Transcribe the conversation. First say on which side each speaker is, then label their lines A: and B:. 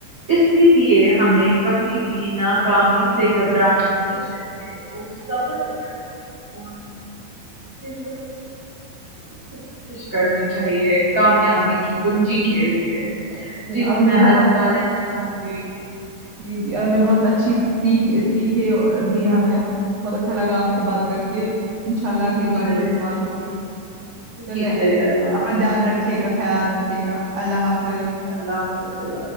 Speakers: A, on the right; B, on the right.
A: اسی لیے
B: جی
A: ہمیں
B: جی
A: کبھی بھی ناکامی سے گھبرانا نہیں چاہتے اور صبر اور اور جن لوگوں کو کوشش کرنی چاہیے کامیابی کی کنجی کے لیے جی ہماں
B: آپ نے
A: میں
B: بہت
A: الودوداع لینا چاہوں گی
B: جی جی آپ نے بہت اچھی س سیکھے دی ہمیں بہت اچھا لگا آپ سے بات کر کے انشاء اللہ اگلی
A: جی
B: بار
A: چلے
B: ضرور بات ہوگی چلے
A: جی چلیے اللہ
B: اپنا
A: حافظ
B: دھیان رکھ رکھے گا خیال رکھے گا اللہ حافظ
A: جی اللہ حافظ ال